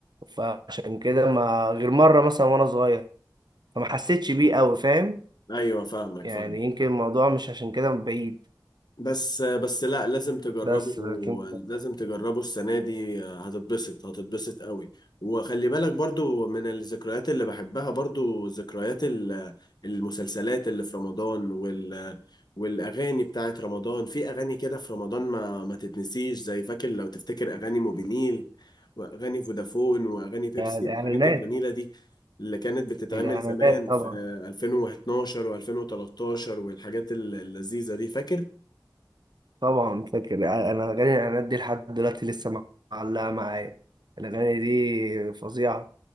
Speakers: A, on the right (about 65°); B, on the left (about 60°).
A: فعشان كده ما غير مره مثلا وانا صغير فما حسيتش بيه قوي فاهم
B: ايوه فاهمك
A: يعني
B: فاهمك
A: يمكن الموضوع مش عشان كده بعيد
B: بس بس لا لازم تجربه
A: بس لكن
B: لازم تجربه السنة دي هتتبسط هتتبسط قوي وخلي بالك برضو من الذكريات اللي بحبها برضو ذكريات ال- المسلسلات اللي في رمضان وال والأغاني بتاعت رمضان في أغاني كده في رمضان ما ما تتنسيش زي فاكر لو تفتكر أغاني موبينيل وأغاني فودافون وأغاني بيبسي
A: يعني الاعلانات
B: الحاجات الجميلة دي اللي كانت بتتعمل
A: الاعلانات
B: زمان
A: طبعا
B: في 2012 و2013 والحاجات اللذيذة دي فاكر
A: طبعا فاكر يعني انا اغاني الاعلانات دي لحد دلوقتي لسه معلقه معايا الاغاني دي فظيعه